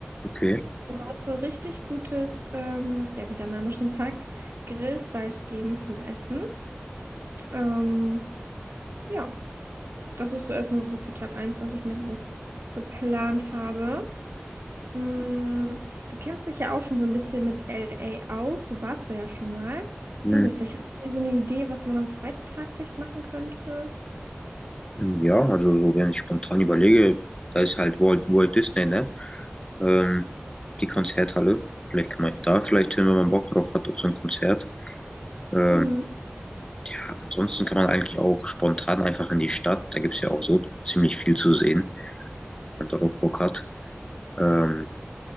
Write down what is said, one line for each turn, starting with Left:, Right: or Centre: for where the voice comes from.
Left: okay.
Right: Und da soll es wohl richtig gutes, ähm, ja, wie der Name schon <laughs> sagt, Grillfleisch geben zum Essen. Ähm, ja, das ist so erstmal so für Tag eins, was ich mir so geplant habe. Mm, du kennst dich ja auch schon so ein bisschen mit LA aus. Du warst da ja schon mal.
Left: Hm,
Right: Weiß nicht, vielleicht hast du mir so eine Idee, was man am zweiten Tag vielleicht machen könnte.
Left: Hm, Ja, also so, wenn ich spontan überlege, da ist halt Walt, Walt Disney, ne? ähm, die Konzerthalle. Vielleicht kann man ja da vielleicht hin, wenn man Bock drauf hat, auf so ein Konzert. Ähm,
Right: Mm.
Left: ja, ansonsten kann man eigentlich auch spontan einfach in die Stadt. Da gibt es ja auch so ziemlich viel zu sehen, wenn man darauf Bock hat. Ähm,